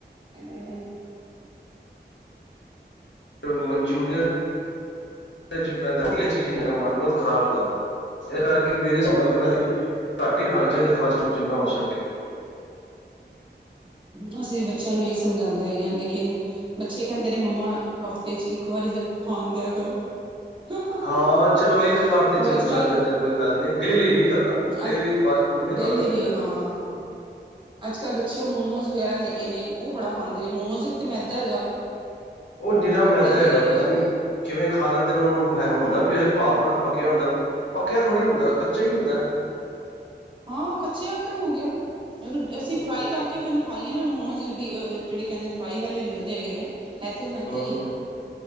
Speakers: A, on the right; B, on the left.
A: <inaudible> ਹਾ
B: <inaudible> ਮਨਚੂਰੀਅਨ ਚ ਆਹ ਜਿਹੜਾ ਪਾਉਂਦੇ ਖਾ ਕੇ ਮਨ ਬਹੁਤ ਖਰਾਬ ਹੁੰਦਾ ਇਸ ਕਰਕੇ ਮੇਰੇ ਹਿਸਾਬ ਨਾਲ ਤੇ, ਵੈਸੇ ਘੱਟ ਹੀ ਖਾਣਾ ਚਾਹੀਦਾ ਫਾਸਟ ਫੂਡ ਜਿੰਨਾ ਹੋ ਸਕੇ।
A: ਬੱਸ ਐ ਬੱਚਿਆਂ ਨੂੰ ਇਹ ਸਮਝਾਉਂਦੇ ਹੈਗਾ ਹਾਂ, ਲੇਕਿਨ ਬੱਚੇ ਕਹਿੰਦੇ ਨੇ ਮੰਮਾ ਹਫ਼ਤੇ 'ਚ ਇੱਕ ਵਾਰੀ ਜਰੂਰ ਖਾਣ ਦਿਆ ਕਰੋ। ਹੂ, ਹੂ,
B: ਹਾਂ ਚਲੋ ਇੱਕ ਵਾਰ ਤੇ
A: ਹੂ,
B: ਚਲੋ
A: ਅੱਜ
B: ਚੱਲ
A: ਕੱਲ
B: ਜਾਂਦਾ ਕੋਈ ਗੱਲ ਨੀ ਡੇਲੀ ਨੀ ਕਰਨਾ ਡੇਲੀ
A: ਅੱ।
B: ਫਾਸਟ ਫੂਡ
A: ਡੇਲੀ
B: ਖਾਣਾ ਚਾਹੀਦਾ
A: ਨੀ ਹਾਂ। ਅੱਜ ਕੱਲ ਬੱਚੇ ਉਹ ਮੋਮੋਜ਼ ਵਗੈਰਾ ਹੈਗੇ ਨੇ, ਉਹ ਬੜਾ ਖਾਂਦੇ ਨੇ, ਮੋਮੋਜ਼ ਇੱਕ ਤਾਂ ਮੈਦਾ ਹੈਗਾ ਵੇ।
B: ਉਹ ਨਿਰਾ ਮੈਦਾ
A: ਆਟੇ ਦੇ
B: ਹੈਗਾ ਪਤਾ ਨਹੀਂ ਕਿਵੇਂ ਖਾ ਲੈਂਦੇ ਨੇ ਉਹਨੂੰ ਹੁੰਦਾਂ, ਉਹ ਭਾਪ ਨਾਲ ਪੱਕਿਆ ਹੁੰਦਾ। ਪੱਕਿਆ ਥੋੜ੍ਹੀ ਹੁੰਦਾ, ਕੱਚਾ ਹੀ ਹੁੰਦਾ।
A: ਹਾਂ ਉਹ ਕਚਆ ਅਕਣ ਹੀ ਹੋ ਗਿਆ। ਅਗਰ ਅਸੀਂ
B: ਹਮ
A: ਫਰਾਈ ਕਰਕੇ ਵੀ ਉਹਨੂੰ ਖਾਈਏ ਨਾ, ਮੋਮੋਜ਼ ਡੀ ਜਿਹੜੇ ਕਹਿੰਦੇ ਫਰਾਈ ਵਾਲੇ ਵੀ ਮਿਲਦੇ ਹੈਗੇ ਨੇ ਹੈ ਤੇ ਓ ਮੈਦਾ
B: ਹਮ
A: ਈ ਏ ਨਾ।